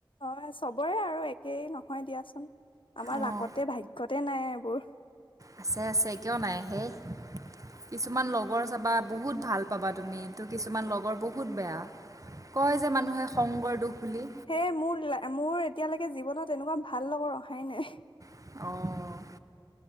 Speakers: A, on the left; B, on the right.
A: অ' চবৰে আৰু একেই নহয় দিয়াচোন, আমাৰ
B: অঁ
A: লাকতে, ভাগ্যতে নাই এইবোৰ।
B: আছে, আছে, কিয় নাই হেই। কিছুমান লগৰ চাবা বহুত ভাল পাবা তুমি, ত' কিছুমান লগৰ বহুত বেয়া। কয় যে মানুহে সংগৰ দোষ বুলি।
A: হে মোৰ লা, মোৰ এতিয়ালৈকে জীৱনত এনেকুৱা ভাল লগৰ অহাই নাই।
B: অ'